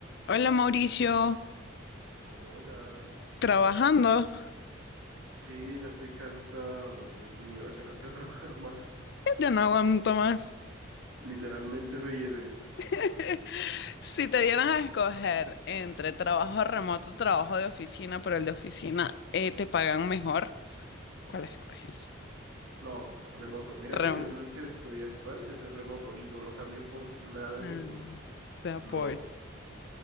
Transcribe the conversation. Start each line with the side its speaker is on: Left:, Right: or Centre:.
Left: Hola Mauricio,
Right: Hola.
Left: trabajando,
Right: Sí, ya estoy cansado, Dios mío, ya no quiero <laughs> trabajar más.
Left: ya no aguanto más.
Right: Literalmente soy ese.
Left: <laughs> Si te dieran a escoger entre trabajo remoto, trabajo de oficina, pero el de oficina eh, te pagan mejor, ¿cuál escoges?
Right: No, remoto. Mira
Left: Remoto.
Right: que yo en el que estoy actual es remoto y no lo cambio por nada
Left: Mm,
Right: en el mundo.
Left: Te apoyo.
Right: No,